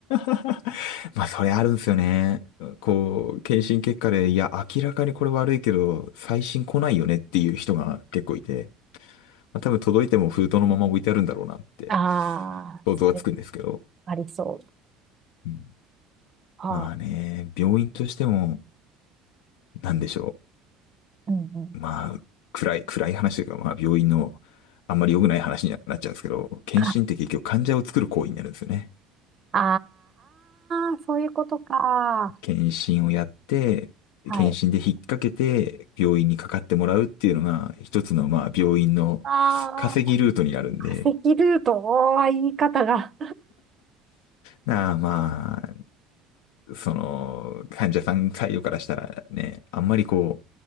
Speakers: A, on the left; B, on the right.
A: <laughs> まあ、それあるんですよね。こう、検診結果で、いや、明らかにこれ悪いけど、最新来ないよねっていう人が結構いて、まあ、多分届いても封筒のまま置いてあるんだろうなって
B: ああそれは
A: 想像はつくんですけど。
B: ありそう。
A: うん
B: ああ、
A: まあね、病院としても、なんでしょ
B: うんうん。
A: う。まあ、暗い、暗い話というか、まあ、病院のあんまり良くない話にはなっちゃうんですけど、検診って結局患者を作る行為になるんですよね。
B: ああー、あーそういうことか。
A: 検診をやって、
B: はい。
A: 検診で引っ掛けて病院にかかってもらうっていうのが一つのまあ病院の
B: ああ、
A: 稼ぎルートになるんで、
B: 化石ルート、おー言い方が。
A: なあまあ、その患者さん採用からしたらね、あんまりこ